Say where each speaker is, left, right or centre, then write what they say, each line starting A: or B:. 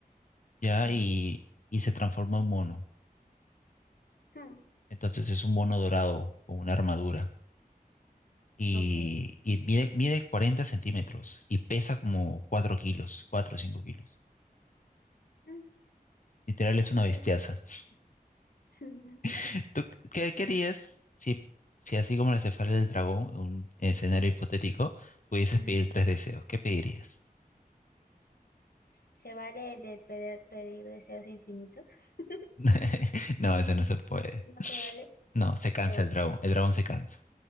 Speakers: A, on the left; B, on the left.
A: ya,
B: Ujú.
A: y, y se transforma en mono.
B: Hmm,
A: Entonces es un mono dorado con una armadura. y,
B: Ok.
A: y mide, mide 40 centímetros y pesa como 4 kilos, 4 o 5 kilos.
B: Mm,
A: Literal es
B: qué
A: una
B: chévere.
A: bestiaza.
B: <laughs>
A: <laughs> ¿Tú qué querías si, si así como la cefalea del dragón, un escenario hipotético, pudieses
B: Ujú.
A: pedir tres deseos? ¿Qué pedirías?
B: ¿Se vale el de pedir, pedir deseos infinitos? <laughs>
A: <laughs> No, eso no se puede.
B: ¿No
A: <laughs>
B: se vale?
A: No, se cansa
B: Puedo,
A: el dragón. El dragón se cansa.